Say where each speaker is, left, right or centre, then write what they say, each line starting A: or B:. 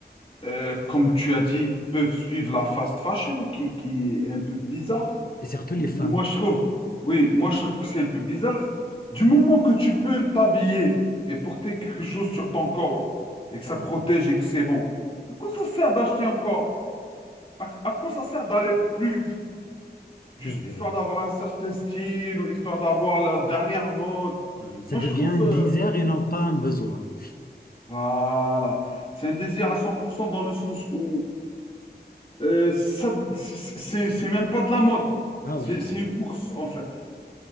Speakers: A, on the left; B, on the left.
A: euh, comme tu as dit, peuvent suivre la fast fashion qui, qui est un peu bizarre.
B: Et surtout les femmes.
A: Moi, je trouve, oui, moi, je trouve que c'est un peu bizarre. Du moment que tu peux t'habiller et porter quelque chose sur ton corps et que ça
B: Ouais,
A: protège et que c'est bon, à quoi ça sert d'acheter encore? À, à quoi ça sert d'aller plus vite? Juste
B: c'est vrai.
A: histoire d'avoir un certain style ou histoire d'avoir la dernière mode.
B: Ah oui, Ça
A: Moi,
B: devient
A: je trouve,
B: un
A: euh,
B: désir et non pas un besoin.
A: voilà, c'est un désir à 100% dans le sens où euh, ça, c'est c'est- c'est même pas de la mode.
B: Ah
A: C'est
B: oui,
A: c'est une course, en fait.